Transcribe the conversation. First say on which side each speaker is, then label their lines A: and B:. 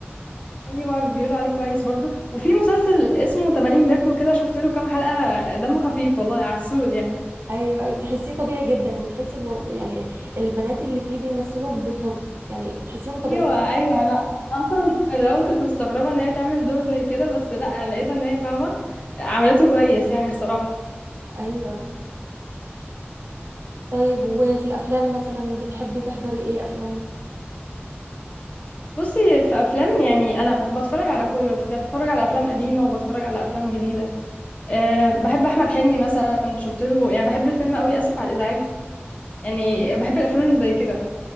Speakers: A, on the left; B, on the right.
A: ايوه بيقولوا عليه كويس برضو وفي مسلسل اسمه 80 باكو كده شفت له كام حلقه دمه خفيف والله عسول يعني
B: ايوه أيوة، تحسيه طبيعي جدا وتحسي المو... يعني البنات اللي فيه بيمثلوا بطب يعني تحسيهم طبيعيين
A: ايوه ايوه لا اصلا الاول كنت مستغربه ان هي تعمل دور زي كده بس لا لقيتها ان هي فاهمه عملته كويس يعني الصراحه
B: ايوه طيب وفي الافلام مثلا بتحبي تحضري ايه افلام
A: بصي في افلام يعني انا بتفرج على كله بتفرج على افلام قديمه وبتفرج على افلام جديده أه بحب احمد حلمي مثلا شفت له يعني بحب الفيلم قوي اسف على الازعاج يعني بحب الافلام اللي زي كده